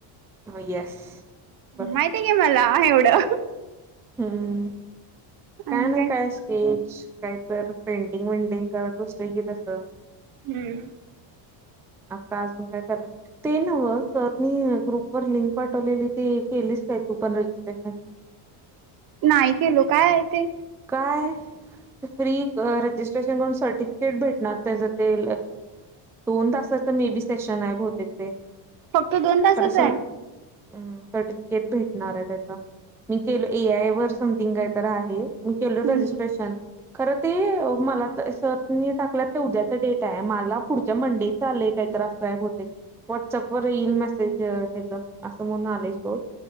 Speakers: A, in the centre; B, on the right (about 45°).
A: हो येस. बरोबर
B: माहतीय की मला एवढं
A: हम्म काय
B: आणि
A: ना
B: ते
A: काय स्केच काही तर पेंटिंग वेंटिंग करत बसतो की तस!
B: हम्म.
A: आता अजून काय तर ते नवं सरनी ग्रुपवर लिंक पाठवलेली ते केलीस काय तू पण रजिस्ट्रेशन? <inaudible>
B: नाही केलो, काय आहे ते?
A: काय फ्री रजिस्ट्रेशन करून सर्टिफिकेट भेटणार त्याच ते दोन तासाचं मे बी सेशन आहे बहुतेक ते!
B: फक्त दोन तासच
A: खरं
B: आहे?
A: सर्टिफिकेट भेटणार आहे त्याचा, मी केलो ए आय वर समथिंग कायतर आहे. मी केलं
B: हम्म
A: रजिस्ट्रेशन. खरं ते मला तर सरनी टाकलंत ते उद्याचा डेट आहे, मला पुढच्या मंडेचं आलंय काय तर अस आहे भवते, व्हॉटप वर येईल मेसेज अस म्हणून आलाय आलाय सोड!